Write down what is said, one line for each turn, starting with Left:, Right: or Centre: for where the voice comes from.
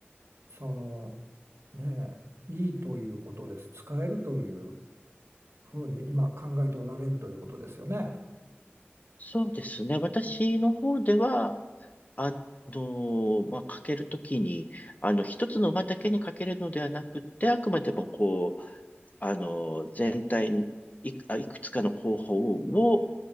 Right: そのねえ、いいということです。使えるというふうに今考えておられるということですよね。
Left: そうですね。私の方では、あの、まあ、かけるときに、あの、一つの馬だけにかけるのではなくて、あくまでもこう、あの、全体にいく、あいくつかの候補を、